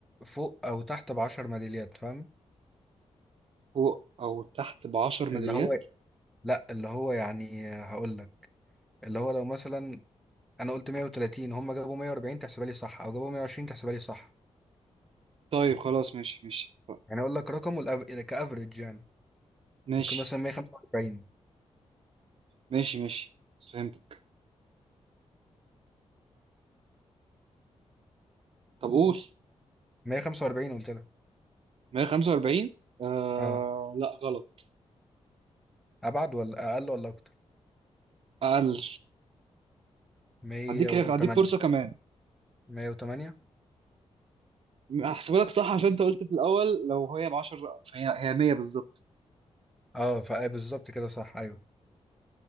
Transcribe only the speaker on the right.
فوق او تحت ب 10 ميداليات
طيب خلاص ماشي ماشي
ماشي
ماشي ماشي بس فهمتك طب قول
145 آه
لا غلط
اقل
هديك هديك فرصه كمان
هحسبها لك صح عشان انت قلت في الاول لو هي ب 10 فهي هي 100 بالظبط